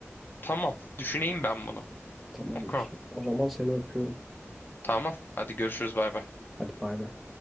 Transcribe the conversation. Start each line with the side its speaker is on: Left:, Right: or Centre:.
Left: Tamam. Düşüneyim ben bunu.
Centre: Tamamdır.
Left: Okey.
Centre: O zaman seni öpüyorum.
Left: Tamam. Hadi görüşürüz bay bay.
Centre: Hadi bay bay.